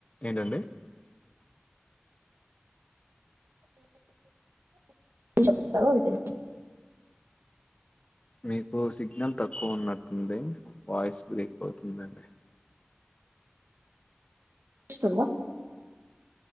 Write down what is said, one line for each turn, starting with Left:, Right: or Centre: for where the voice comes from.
Left: ఏంటండి?
Right: చెప్తా లే
Left: మీకు సిగ్నల్ తక్కువ ఉన్నట్టుంది, వాయిస్ బ్రేక్ అవుతుందండి.
Right: పిస్తుందా